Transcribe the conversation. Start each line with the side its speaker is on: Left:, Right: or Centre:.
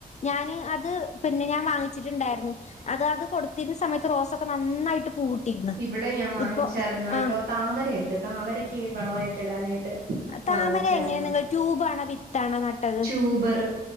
Left: ഞാന് അത് പിന്നെ ഞാൻ വാങ്ങിച്ചിട്ടുണ്ടായിരുന്നു. അത് അത് കൊടുത്തിരുന്ന സമയത്ത് റോസൊക്കെ നന്നായിട്ട് പൂവിട്ടിരുന്നു
Right: ഇവിടെ ഞാൻ വാങ്ങിച്ചരുന്ന
Left: ഇപ്പൊ
Right: കേട്ടോ
Left: ആഹ്
Right: താമരുണ്ട് താമരക്ക് വളവമായിട്ട് ഇടാനായിട്ട്.
Left: താമര
Right: വാങ്ങിച്ചായിരുന്നു
Left: എങ്ങനെയാ നിങ്ങൾ ട്യൂബണോ വിത്താണോ നട്ടത്?
Right: ടുബർ.